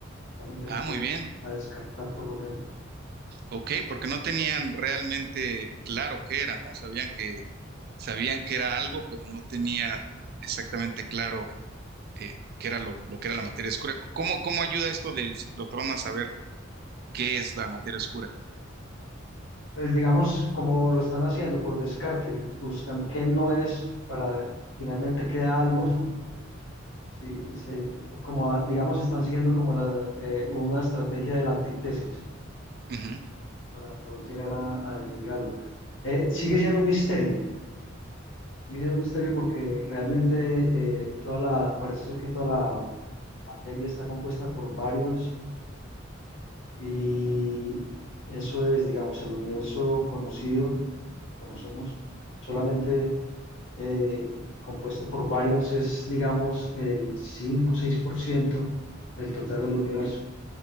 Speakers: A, on the left (about 70°); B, on the right (about 50°).
A: Están empezando
B: Ah, muy bien.
A: a descartar por lo menos.
B: Ok, porque no tenían realmente claro qué era, ¿no? Sabían que, sabían que era algo, pero no tenían exactamente claro eh, qué era lo, lo que era la materia oscura. ¿Cómo, cómo ayuda esto del ciclotrón a saber? qué es la materia oscura.
A: Pues digamos, como lo están haciendo por descarte, buscando qué no es para finalmente queda algo. <laughs> Sí, se- como a- digamos, están siguiendo como la, eh, una estrategia de la antítesis
B: Ujú.
A: para poder llegar a, a definir algo. Eh, sigue siendo un misterio. Sigue siendo un misterio porque realmente eh, toda la, parece ser que toda la materia está compuesta por baryons y eso es, digamos, el universo conocido, que conocemos, solamente eh, compuesto por baryons es, digamos, el 5 o 6% del total del universo.